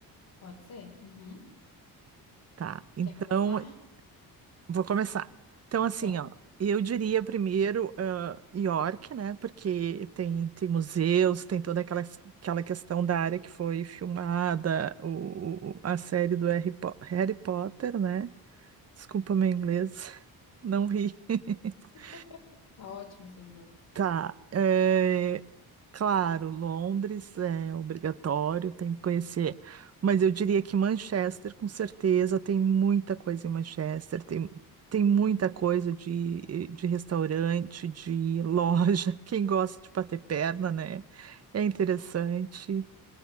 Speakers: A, on the left (about 75°); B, on the right (about 40°).
A: Pode ser? Uhum.
B: Tá, então
A: Quer começar?
B: vou começar. Então, assim,
A: Tá,
B: ó, eu diria primeiro ah, York, né? Porque tem, tem museus, tem toda aquela, aquela questão da área que foi filmada, o, o- a série do Harry, Po- Harry Potter, né? Desculpa meu inglês, não ri. <laughs>
A: <laughs> tá ótimo o seu inglês.
B: Tá, é, claro, Londres é obrigatório, tem que conhecer, mas eu diria que Manchester, com certeza, tem muita coisa em Manchester, tem, tem muita coisa de, de restaurante, de loja, <laughs> quem gosta de bater perna, né? É interessante,